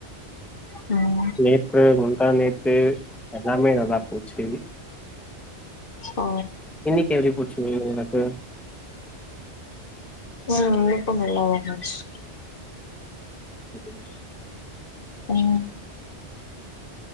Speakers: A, on the left (about 55°); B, in the centre.
A: ம்
B: நேத்து முந்தாநேத்து எல்லாமே நல்லாப்போச்சு
A: ஓ
B: இன்னிக்கி எப்டி போச்சு லீவு உனக்கு
A: ம் இன்னைக்கோ நல்லாதா போச்சு
B: முடிஞ்ச்சு
A: உம்